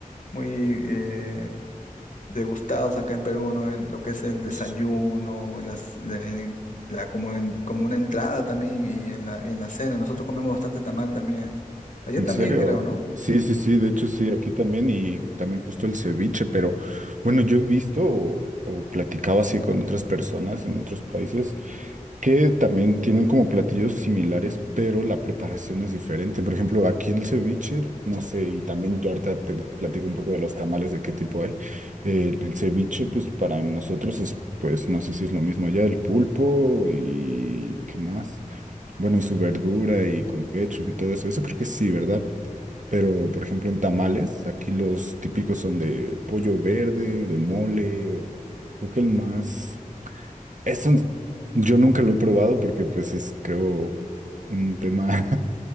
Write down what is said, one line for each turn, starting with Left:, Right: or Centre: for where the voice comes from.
Left: muy eh, degustados acá en Perú, ¿no? En lo que es el desayuno,
Right: Sí, sí.
Left: en las, en la, como, en- como una entrada también y en la, en la cena. Nosotros comemos bastante tamal también. Allá
Right: ¿En
Left: también
Right: serio?
Left: creo, ¿no?
Right: Sí, sí, sí, de hecho sí, aquí también y también justo el ceviche, pero bueno, yo he visto o, o platicado así con otras personas en otros países que también tienen como platillos similares, pero la preparación es diferente. Por ejemplo, aquí el ceviche, no sé, y también yo ahorita te platico un poco de los tamales, de qué tipo hay. El, el ceviche, pues para nosotros es, pues no sé si es lo mismo allá, el pulpo y qué más. Bueno, y su verdura y con ketchup y todo eso. Eso creo que sí, ¿verdad? Pero, por ejemplo, en tamales, aquí los típicos son de pollo verde, de mole, creo que el más... Eso yo nunca lo he probado porque pues es creo un tema